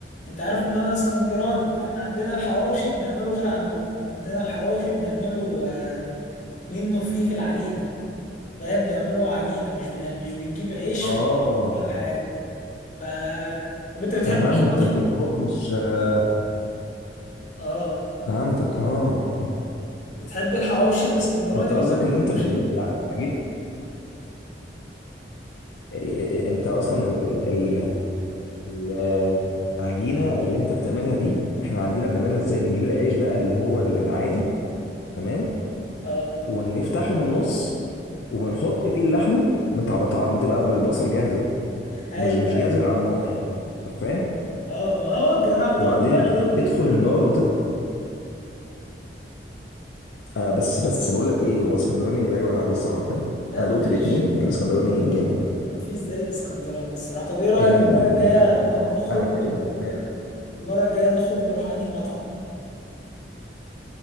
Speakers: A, on the left; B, on the left.
A: انت عارف ان انا اسكندراني فاحنا عندنا الحواوشي بنعمله غير عندكم احنا عندنا الحواوشي بنعمله آه، منه فيه في العجينه فاهم بنعمله عجينه مش بن... مش بنجيب عيش
B: اه
A: ولا حاجه ف طب انت بتحب
B: فهمتك
A: الحواوشي
B: اللي هو مش آه،
A: اه
B: فهمتك اه
A: بتحب الحواوشي الاسكندراني
B: انت قصدك
A: ولا
B: ان
A: ما عملتوش
B: انت بتب...
A: قبل
B: الع-
A: كده
B: العجينه إيه- انت اصلا ال... ال... ال... ال- العجينه اللي انت بتعملها دي احنا عندنا بنعملها ازاي بنجيب العيش بقى اللي هو ال- العادي تمام
A: اه
B: ونفتحه من النص وبنحط فيه اللحمه متع... متع... بتبقى بالبصل جاهزه
A: ايوه
B: مش مش
A: ايوه
B: جاهزه غير على النار انت فاهم
A: اه ما هو الجماعه
B: وبعدين
A: بتوع القاهره دول
B: تدخل
A: بياكلوا
B: النار
A: كده
B: آه بس بس بقول لك ايه هو اسكندراني لا يعلى عليه الصراحه يعني
A: لا
B: انا دوت
A: مفيش
B: الاثنين الاسكندراني جامد
A: مفيش زي الاسكندراني الصراحه طب ايه رايك
B: جامد
A: المره الجايه
B: بمعنى
A: ن- نخرج
B: بمعنى الكلمه
A: ن-
B: فعلا
A: المره الجايه نخرج نروح انهي مطعم